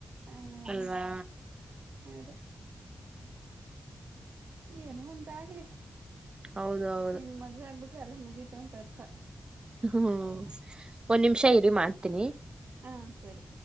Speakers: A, on the right; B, on the right.
A: ಹ್ಮ
B: ಅಲ್ವಾ
A: ಅದೇ ಏನೋ ಒಂದಾಗ್ಲಿ
B: ಹೌದು ಹೌದು
A: ನಿನ್ ಮದ್ವೆ ಆಗ್ಬಿಟ್ರೆ ಎಲ್ಲ ಮುಗೀತು ಅಂತ ಅರ್ಥ.
B: ಹ್ಮ್ ಒಂದ್ ನಿಮಿಷ ಇರಿ ಮಾಡ್ತೀನಿ.
A: ಹಾ ಸರಿ